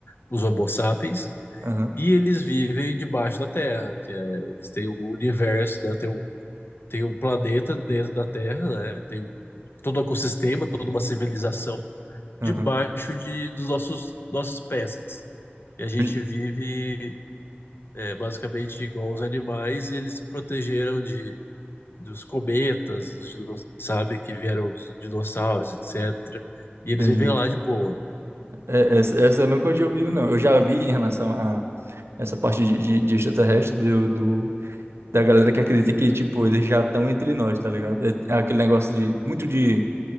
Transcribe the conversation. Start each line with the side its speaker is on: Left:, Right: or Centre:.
Left: os Homo sapiens
Right: Aham,
Left: E eles vivem debaixo da Terra, que é, eles têm o universo, né? Tem um, tem um planeta dentro da Terra, né? Tem um, todo o ecossistema, toda uma civilização debaixo
Right: aham.
Left: de, dos nossos, nossos pés. E a gente
Right: Eu já-
Left: vive é, basicamente igual os animais, e eles se protegeram de, dos cometas, dos, dinoss- sabe, que vieram dos dinossauros, etc. E eles
Right: Entendi.
Left: vivem lá de boa.
Right: É, essa, essa eu nunca tinha ouvido, não. Eu já vi em relação a essa parte de, de, de extraterrestre do, do da galera que acredita que, tipo, eles já estão entre nós, tá ligado? É, é aquele negócio de, muito de,